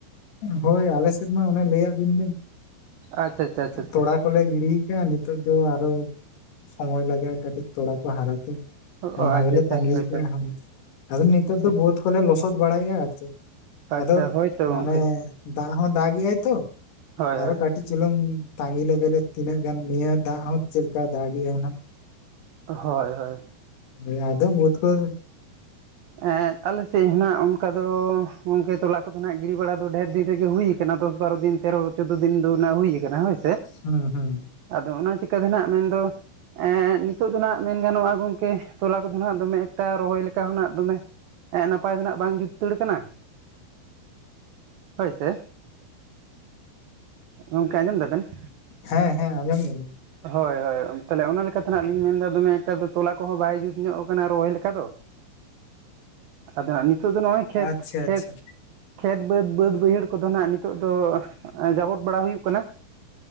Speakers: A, on the left; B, on the right.
A: ᱦᱳᱭ ᱟᱞᱮ ᱥᱮᱫ ᱢᱟ ᱚᱱᱮ ᱞᱟᱹᱭ ᱟᱫ ᱵᱤᱱ
B: ᱟᱪᱪᱷᱟ ᱟᱪᱪᱷᱟ ᱟᱪᱪᱷᱟ ᱟᱪᱪᱷᱟ
A: ᱛᱚᱲᱟ ᱠᱚᱞᱮ ᱜᱤᱲᱤᱭ ᱠᱟᱜᱼᱟ ᱱᱤᱛᱚᱜ ᱫᱚ ᱟᱨᱚ ᱥᱚᱢᱳᱭ ᱞᱟᱜᱟᱜᱼᱟ ᱠᱟᱹᱴᱤᱡ ᱛᱚᱲᱟ ᱠᱚ ᱦᱟᱨᱟᱛᱮ ᱾
B: ᱚ
A: ᱚᱱᱟ
B: ᱟᱪᱪᱷᱟ
A: ᱜᱮᱞᱮ
B: ᱟᱪᱪᱷᱟ
A: ᱛᱟᱸᱜᱤᱭ
B: ᱦᱳᱭᱛᱚ
A: ᱠᱟᱜ-ᱟ ᱦᱳᱭ ᱟᱫᱚ ᱱᱤᱛᱚᱜ
B: ᱟᱪᱪᱷᱟ
A: ᱫᱚ
B: ᱟᱪᱪᱷᱟ
A: ᱵᱟᱹᱫᱽ ᱠᱚᱞᱮ ᱞᱚᱥᱚᱫ ᱵᱟᱲᱟᱭᱟ ᱟᱨ ᱪᱮᱫ?
B: ᱟᱪᱪᱷᱟ
A: ᱟᱫᱚ
B: ᱦᱳᱭᱛᱚ
A: ᱢᱟᱱᱮ
B: ᱜᱚᱝᱠᱮ
A: ᱫᱟᱜ ᱦᱚᱸ ᱫᱟᱜ ᱮᱜᱟᱭ ᱛᱚ
B: ᱦᱳᱭ
A: ᱟᱨᱚ
B: ᱦᱳᱭ
A: ᱠᱟᱹᱴᱤᱡ ᱪᱩᱞᱩᱝ ᱛᱟᱸᱜᱤ ᱞᱮᱜᱮᱞᱮ ᱛᱤᱱᱟᱹᱜ ᱜᱟᱱ ᱱᱤᱭᱟᱹ ᱫᱟᱜ ᱦᱚᱸ ᱪᱮᱜ ᱞᱮᱠᱟᱭ ᱫᱟᱜ ᱮ ᱦᱩᱱᱟᱹᱝ ᱾
B: ᱦᱳᱭ ᱦᱳᱭ
A: ᱦᱮᱸ ᱟᱫᱚ ᱵᱟᱹᱫᱽ ᱠᱚ
B: ᱦᱮᱸ ᱟᱞᱮ ᱥᱮᱫ ᱦᱚᱱᱟᱜ ᱚᱱᱠᱟ ᱫᱚ ᱜᱚᱝᱠᱮ ᱛᱚᱞᱟ ᱠᱚᱫᱚ ᱱᱟᱜ ᱜᱤᱲᱤ ᱵᱟᱲᱟ ᱫᱚ ᱰᱷᱮᱨ ᱫᱤᱱ ᱨᱮᱜᱮ ᱦᱩᱭ ᱟᱠᱟᱱᱟ ᱫᱚᱥ ᱵᱟᱨᱚ ᱫᱤᱱ ᱛᱮᱨᱚ ᱪᱳᱫᱳ ᱫᱤᱱ ᱫᱚ ᱱᱟ ᱦᱩᱭ ᱟᱠᱟᱱᱟ ᱚᱱᱟ ᱦᱳᱭ ᱥᱮ ᱾
A: ᱦᱩᱸ ᱦᱩᱸ
B: ᱟᱫᱚ ᱚᱱᱟ ᱪᱤᱠᱟᱹᱛᱮ ᱱᱟᱜ ᱢᱮᱱᱫᱚ ᱮᱱ ᱱᱤᱛᱚᱜ ᱫᱚ ᱱᱟᱜ ᱢᱮᱱ ᱜᱟᱱᱚᱜᱼᱟ ᱜᱚᱝᱠᱮ ᱛᱚᱞᱟ ᱠᱚᱫᱚ ᱱᱟᱜ ᱫᱚᱢᱮ ᱮᱠᱴᱟ ᱨᱚᱦᱚᱭ ᱞᱮᱠᱟ ᱦᱚᱸ ᱱᱟᱜ ᱫᱚᱢᱮ ᱮᱸ ᱱᱟᱯᱟᱭ ᱫᱚ ᱱᱟᱜ ᱵᱟᱝ ᱡᱩᱛ ᱛᱳᱨ ᱠᱟᱱᱟ ᱾ ᱦᱳᱭ ᱥᱮ ᱜᱚᱝᱠᱮ ᱟᱸᱡᱚᱢ ᱫᱟ ᱵᱮᱱ ᱾
A: ᱦᱮᱸ ᱦᱮᱸ ᱟᱸᱡᱚᱢ ᱫᱟᱹᱧ᱾
B: ᱦᱳᱭ ᱦᱳᱭ ᱛᱟᱦᱚᱞᱮ ᱚᱱᱟ ᱞᱮᱠᱟᱛᱮ ᱱᱟᱸᱜ ᱚᱱᱤᱧ ᱢᱮᱱ ᱫᱟ ᱫᱚᱢᱮ ᱮᱠᱴᱟ ᱫᱚ ᱛᱚᱞᱟ ᱠᱚᱦᱚ ᱵᱟᱭ ᱡᱩᱛ ᱧᱚᱜ ᱠᱟᱱᱟ ᱨᱚᱦᱚᱭ ᱞᱮᱠᱟ ᱫᱚ, ᱟᱫᱚ ᱦᱟᱸ ᱱᱤᱛᱚᱜ ᱫᱚ ᱱᱚᱜᱼᱚᱭ ᱠᱷᱮᱛ,
A: ᱟᱪᱪᱷᱟ
B: ᱠᱷᱮᱛ
A: ᱟᱪᱪᱷᱟ
B: ᱠᱷᱮᱛ ᱵᱟᱹᱫᱽ, ᱵᱟᱹᱫᱽ ᱵᱟᱹᱭᱦᱟᱹᱲ ᱠᱚᱫᱚ ᱱᱟᱦᱟᱸᱜ ᱱᱤᱛᱳᱜ ᱫᱚ ᱡᱟᱵᱚᱛ ᱵᱟᱲᱟ ᱦᱩᱭᱩᱜ ᱠᱟᱱᱟ᱾